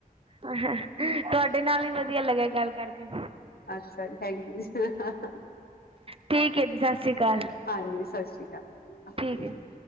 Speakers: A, on the right (about 35°); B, on the left (about 80°).
A: ਹਹਾ ਤੁਆਡੇ ਨਾਲ ਵੀ ਵਧੀਆ ਲੱਗਿਆ ਗੱਲ ਕਰਕੇ।
B: ਅੱਛਾ ਜੀ, ਥੈਂਕ ਯੂ ਜੀ। ਹਾ ਹਾ ਹਾ
A: ਠੀਕ ਹੈ ਜੀ ਸਤਿ ਸ੍ਰੀ ਅਕਾਲ
B: ਹਾਂਜੀ, ਸਸ਼ੀ ਕਾਲ।
A: ਠੀਕ ਹੈ।